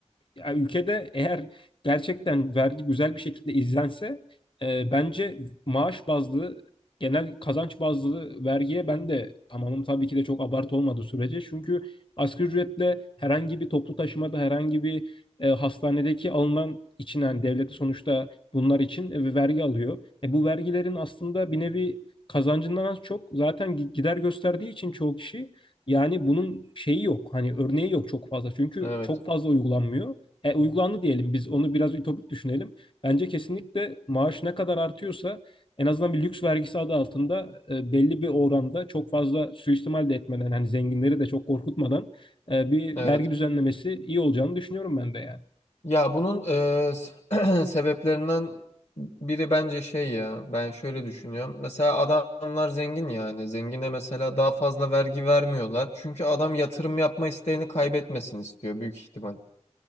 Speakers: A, on the left; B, on the left.
A: ya ülkede eğer gerçekten vergi güzel bir şekilde izlense e, bence maaş bazlı, genel kazanç bazlı vergiye ben de tamamım tabii ki de çok abartı olmadığı sürece. Çünkü asgari ücretle herhangi bir toplu taşımada, herhangi bir e, hastanedeki alınan için yani devleti sonuçta bunlar için e, vergi alıyor. E, bu vergilerin aslında bir nevi kazancından az çok zaten gi- gider gösterdiği için çoğu kişi yani bunun şeyi yok. Hani örneği yok çok fazla. Çünkü
B: Evet.
A: çok fazla uygulanmıyor. E, uygulandı diyelim biz onu biraz ütopik düşünelim. Bence kesinlikle maaş ne kadar artıyorsa en azından bir lüks vergisi adı altında e, belli bir oranda çok fazla suistimal de etmeden hani zenginleri de çok korkutmadan e, bir
B: Evet.
A: vergi düzenlemesi iyi olacağını düşünüyorum ben de yani.
B: Ya bunun e, s- <clears throat> sebeplerinden biri bence şey ya. Ben şöyle düşünüyorum. Mesela adamlar zengin yani. Zengine mesela daha fazla vergi vermiyorlar. Çünkü adam yatırım yapma isteğini kaybetmesin istiyor büyük ihtimal.